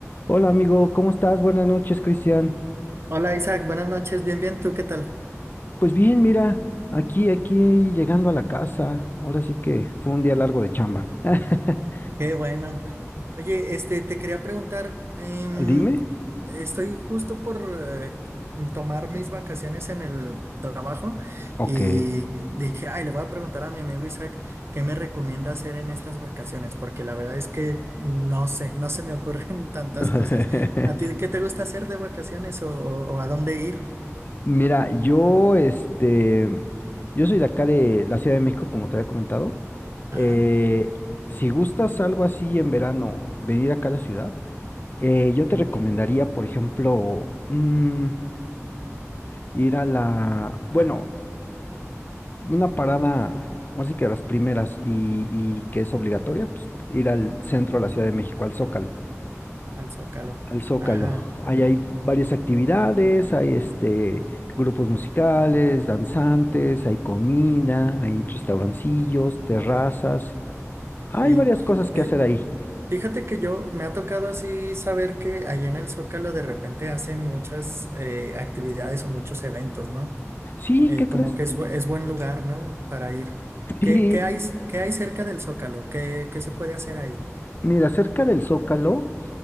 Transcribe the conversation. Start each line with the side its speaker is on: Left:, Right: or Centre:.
Left: Hola amigo, ¿cómo estás? Buenas noches, Cristian.
Right: Hola Isaac, buenas noches, bien, bien, ¿tú qué tal?
Left: Pues bien, mira, aquí, aquí llegando a la casa. Ahora sí que fue un día largo de chamba. <laughs>
Right: Qué bueno. Oye, este, te quería preguntar, em,
Left: Dime.
Right: estoy justo por eh, tomar mis vacaciones en el trabajo
Left: Ok.
Right: y dije, ay, le voy a preguntar a mi amigo Isaac qué me recomienda hacer en estas vacaciones, porque la verdad es que no sé, no se me ocurren <laughs> tantas
Left: <laughs>
Right: cosas. ¿A ti qué te gusta hacer de vacaciones o, o- o a dónde ir?
Left: Mira, yo, este, yo soy de acá de la Ciudad de México, como te había comentado.
Right: Ajá,
Left: Eh, si gustas algo así en verano, venir acá a la ciudad, eh, yo te recomendaría, por ejemplo, mm, ir a la, bueno, una parada, así que las primeras y, y que es obligatoria, pues ir al centro de la Ciudad de México, al Zócalo.
Right: al Zócalo.
Left: Al Zócalo.
Right: Ajá,
Left: Ahí hay varias actividades, hay este, grupos musicales, danzantes, hay comida, hay restaurancillos, terrazas. Hay
Right: sí.
Left: varias cosas que
Right: Eh,
Left: hacer ahí.
Right: Fíjate que yo me ha tocado así saber que allá en el Zócalo de repente hacen muchas eh, actividades o muchos eventos, ¿no?
Left: Sí,
Right: Eh,
Left: ¿qué
Right: como
Left: crees?
Right: que es, bu- es buen lugar, ¿no? Para ir. ¿Qué,
Left: <laughs> Sí,
Right: qué hay, s- qué hay cerca del Zócalo? ¿Qué, qué se puede hacer ahí?
Left: mira, cerca del Zócalo,